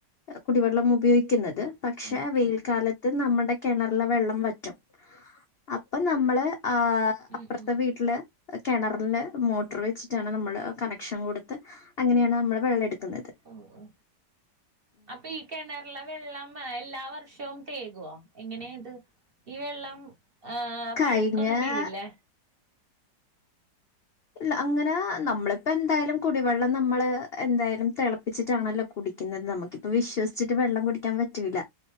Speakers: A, on the left (about 70°); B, on the right (about 35°).
A: കുടിവെള്ളം ഉപയോഗിക്കുന്നത് പക്ഷെ
B: ഓക്കെ
A: വെയിൽക്കാലത് ത്ത് നമ്മുടെ കിണറിലെ വെള്ളം വറ്റും അപ്പൊ നമ്മള് ആ
B: ഉം ഉം
A: അട്ത്തെ വീട്ടില് കെണറില് മോട്ടർ വെച്ചിട്ടാണ് നമ്മള് കണക്ഷൻ കൊടുത്ത് അങ്ങനെയാണ് നമ്മള് വെള്ളം എട്ക്ക്ന്നത്
B: ഓഹ് ഓഹ് അപ്പൊ ഈ കിണറിലെ വെള്ളം എല്ലാ വർഷവും തേകുവോ എങ്ങനെയ ഇത് ഈ വെള്ളം ആഹ്
A: ഇക്കഴിഞ്ഞ
B: അപ്പ അഴുക്കൊന്നും വീഴില്ലേ
A: ഇല്ല അങ്ങനെ നമ്മളിപ്പ എന്തായാലും കുടിവെള്ളം നമ്മള് എന്തായാലും തെളപ്പിച്ചിട്ടാണല്ലോ കുടിക്കുന്നത് നമുക്കിപ്പ വിശ്വസിച്ചിട്ട് വെള്ളം കുടിക്കാൻ പറ്റൂല്ല